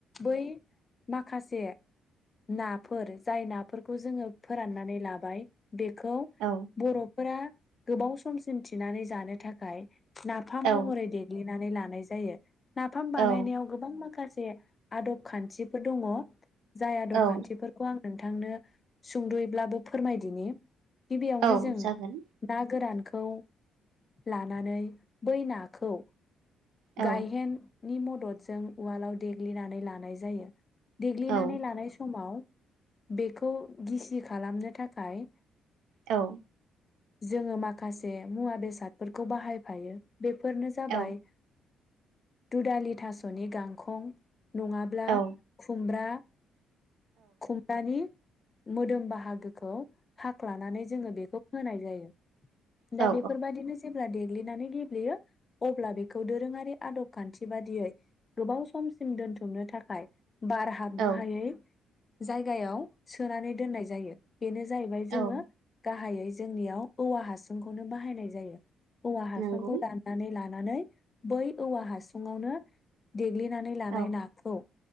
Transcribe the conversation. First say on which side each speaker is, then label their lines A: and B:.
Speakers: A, on the left; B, on the right.
A: बै माखासे नाफोर जाय नाफोरखौ जोङो फोराननानै लाबाय। बेखौ
B: औ
A: बर'। फोर गोबाव समसिम थिनानै जानो थाखाय। नाफाम
B: औ
A: महरै देग्लि। नानै लानाय जायो। नाफाम
B: औ
A: बानायनायाव गोबां माखासे। से आदब खान्थिफोर दङ। जाय खदब
B: औ
A: खान्थिफोरखौ आं नोंथांनो सुंद'यैब्लाबो फोरमायदिनि गिबियावनो
B: औ
A: जों
B: जागोन
A: ना गोरानखौ लानानै बै नाखौ
B: औ
A: गायहेन नि मददजों उवालाव देग्लिनानै लानाय जायो देग्लिनानै
B: औ
A: लानाय समाव बेखौ गिसि खालामनो थाखाय
B: औ
A: जोङो माखासे मुवा बेसादफोरखौ बाहायफायो बेफोरनो जाबाय
B: औ
A: दुडालि थास'नि गांखं नङाब्ला
B: औ
A: खुमब्रा खुम्ब्रानि मोदोम बाहागोखौ हाख्लानानै जोङो बेखौ होनाय जायो <inaudible>
B: औ
A: दा बेफोरबायदिनो जे देग्लिनानै गेब्लेयो अब्ला बेखौ दोरोङारि आदब खान्थि बादियै गोबाव समसिम दोनथुमनो थाखाय बार हाबनो
B: औ
A: हायै जायगायाव सोनानै दोननाय जायो बेनो जाहैबाय जोङो
B: औ
A: गाह गाहायै जोंनियाव औवा हासुंखौनो बाहायनाय जायो। औवा हासुंखौ
B: नंगौ
A: दाननानै लानानै बै औवा हासुङावनो देग्लिनानै लानाय
B: औ
A: नाखौ